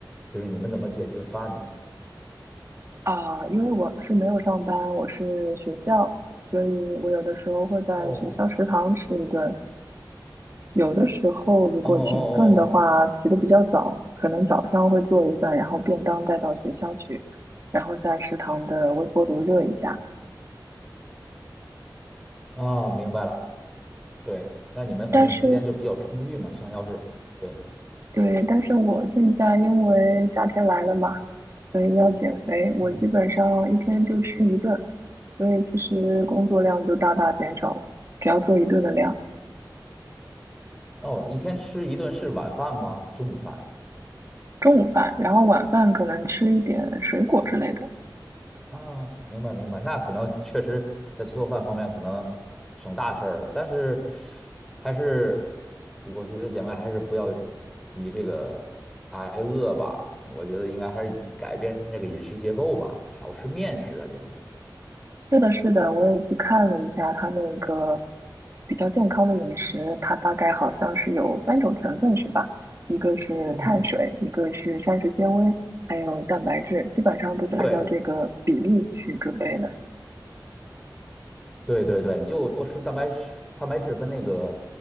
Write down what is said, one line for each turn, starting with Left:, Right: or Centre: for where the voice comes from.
Centre: 就是你们怎么解决饭呢？
Right: 啊，因为我是没有上班，我是学校，所以我有的时候会在学校食堂吃一顿。
Centre: 哦
Right: 有的时候如果勤奋的话，
Centre: 哦哦
Right: 起得比较早，可能早上会做一份，然后便当带到学校去，然后在食堂的微波炉热一下。
Centre: 哦啊，明白了。对，那你们肯定时间就比较充裕嘛，
Right: 但是
Centre: 像要是。对。
Right: 对，但是我现在因为夏天来了嘛，所以要减肥，我基本上一天就吃一顿，
Centre: 嗯，
Right: 所以其实工作量就大大减少，只要做一顿的量，
Centre: 哦，一天吃一顿是晚饭吗？中午饭
Right: 中午饭，然后晚饭可能吃一点水果之类的。
Centre: 啊，明白明白，那可能确实在做饭方面可能省大事儿了，但是还是我觉得姐妹还是不要以这个挨饿吧，我觉得应该还是改变这个饮食结构吧，少吃面食啊这种。
Right: 是的，是的，我也去看了一下它那个比较健康的饮食，它大概好像是有三种成分是吧？一个是碳水，
Centre: 嗯，
Right: 一个是膳食纤维，还有蛋白质，基本上都是按照这个比例去准备的。
Centre: 对。对对对，你就多吃蛋白质、蛋白质跟那个